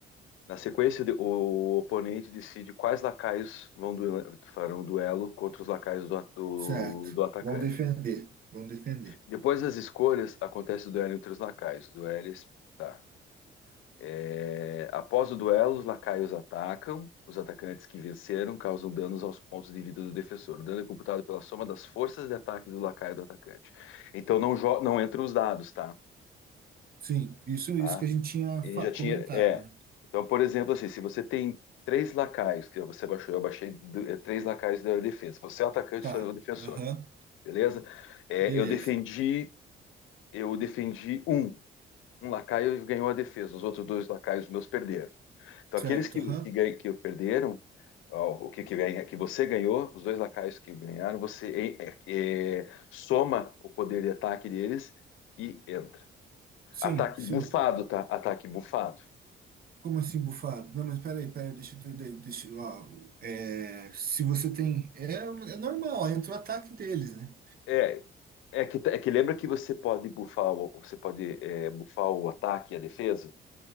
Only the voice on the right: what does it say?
Certo.
Vão defender. Vão defender.
Sim, isso,
isso que a gente tinha
fa-
comentado,
né?
Tá.
Aham.
Beleza.
Certo.
Aham.
Sim,
sim.
Como assim, bufado? Não, mas peraí, peraí, deixa eu entender. Deixa, eu- ó, é, se você tem. É, é normal, entra o ataque deles, né?